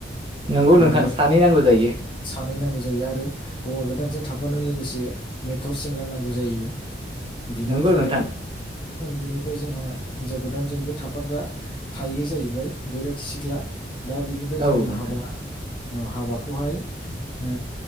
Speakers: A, on the right; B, on the left.
A: नंगौ
B: आरो
A: नोंथां सानै नांगौ जायो
B: सानै नांगौ जायो आरो हौवा गोदानजों थाफानो लोगोसे मेथर सेग्रां नांगौ जायो बिनिफ्राय
A: नंगौ नोंथां
B: बिनिफ्राय जोंहा हिनजाव गोदानजोंबो थाफाग्रा थायो जाहैबाय बैराथि सिख्ला दा बिनिफ्राय
A: औ
B: जोङो
A: नोंथां
B: हाबा हाबाखौहाय ओ